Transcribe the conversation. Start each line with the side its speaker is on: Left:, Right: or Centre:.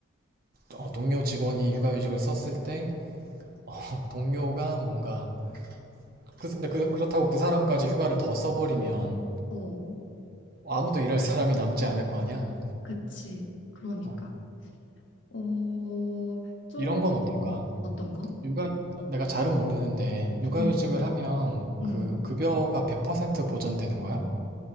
Right: 어, 동료 직원이 육아휴직을 썼을 때, 어, <laughs> 동료가 뭔가, 그, 근데 그, 그렇다고 그 사람까지 휴가를 더 써버리면
Left: 어,
Right: 아무도 일할 사람이 남지 않을 거 아니야?
Left: 그치. 그러니까.
Right: 어,
Left: 어, 좀
Right: 이런 건 어떨까?
Left: 어떤 거?
Right: 육아 내가 잘은 모르는데 육아휴직을
Left: 음,
Right: 하면
Left: 음,
Right: 그 급여가 100% 보전되는 거야?